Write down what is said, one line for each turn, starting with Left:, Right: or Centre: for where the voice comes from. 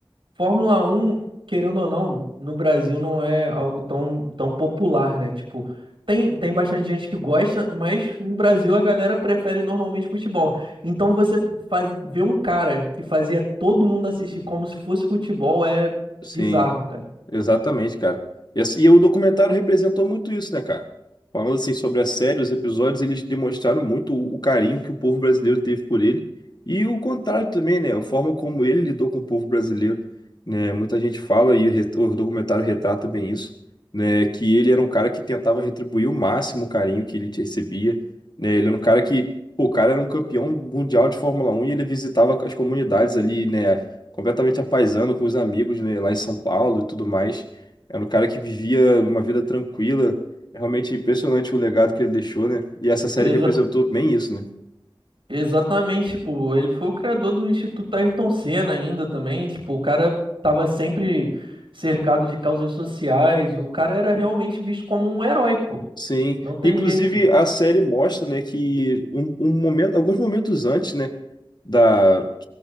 Right: Fórmula um querendo ou não, no Brasil não é algo tão, tão popular, né? Tipo, tem, tem bastante gente que gosta, mas no Brasil a galera prefere normalmente futebol. Então você faz, ver um cara que fazia todo mundo assistir como se fosse futebol é
Left: Sim.
Right: bizarro, cara.
Left: Exatamente, cara. E, assim- e o documentário representou muito isso, né, cara? Falando assim sobre a série, os episódios, eles demonstraram muito o, o carinho que o povo brasileiro teve por ele. E o contrário também, né? A forma como ele lidou com o povo brasileiro, né? Muita gente fala, e o, re- o documentário retrata bem isso, né? Que ele era um cara que tentava retribuir o máximo o carinho que ele recebia, né? Ele era um cara que, pô, o cara era um campeão mundial de Fórmula um e ele visitava as comunidades ali, né? completamente apaisando com os amigos, né, lá em São Paulo e tudo mais. Era um cara que vivia uma vida tranquila. É realmente impressionante o legado que ele deixou, né? E essa série
Right: Exa-
Left: representou bem isso, né?
Right: exatamente, tipo, ele foi o criador do Instituto Ayrton Senna ainda também, tipo, o cara tava sempre cercado de causas sociais, o cara era realmente visto como um herói, pô.
Left: Sim.
Right: Não tem
Left: Inclusive,
Right: jeito.
Left: a série mostra, né, que um, um momento, alguns momentos antes, né, da